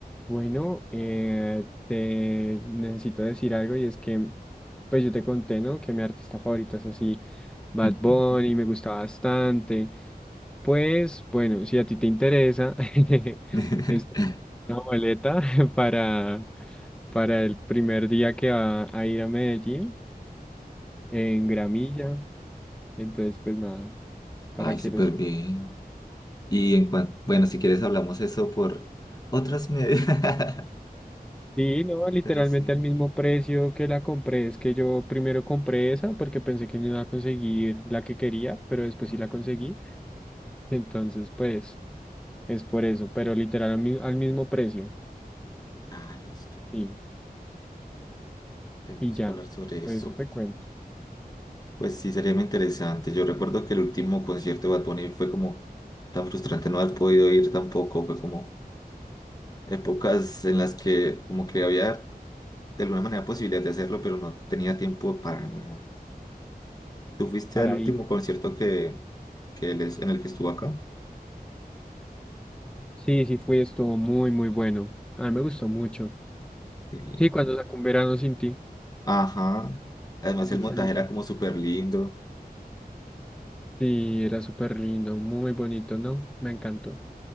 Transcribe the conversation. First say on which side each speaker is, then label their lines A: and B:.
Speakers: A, in the centre; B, on the left.
A: Bueno, eh, te necesito decir algo y es que, pues yo te conté, ¿no? Que mi artista favorito es así, Bad
B: <laughs>
A: Bunny, me gusta bastante. Pues bueno, si a ti te interesa, <laughs>
B: Ok.
A: estoy una boleta <laughs> para, para el primer día que va a ir a Medellín en Gramilla. Entonces, pues nada, para
B: Ay,
A: que
B: súper
A: lo
B: bien. Y en cuanto, bueno, si quieres hablamos eso por otras medias. <laughs>
A: Sí, no, literalmente
B: Pero sí.
A: al mismo precio que la compré. Es que yo primero compré esa porque pensé que no iba a conseguir la que quería, pero después
B: Ujú.
A: sí la conseguí. <laughs> Entonces, pues, es por eso, pero literal al, mi- al mismo precio.
B: Ah, listo.
A: Sí,
B: Tenemos
A: y ya,
B: que hablar sobre
A: pues,
B: eso.
A: eso te cuento,
B: Pues sí, sería muy interesante. Yo recuerdo que el último concierto de Bad Bunny fue como tan frustrante no haber podido ir tampoco. Fue como épocas en las que como que había de alguna manera posibilidad de hacerlo, pero no tenía tiempo para nada. ¿Tú fuiste
A: para
B: al último
A: ir.
B: concierto que, que él es- en el que estuvo acá?
A: Sí, sí fui, estuvo muy, muy bueno. A mí me gustó mucho.
B: Sí.
A: Sí, cuando sacó un verano sin ti,
B: Ajá. Además
A: ese
B: el montaje
A: fue el último.
B: era como súper lindo.
A: Sí, era súper lindo, muy bonito, ¿no? Me encantó,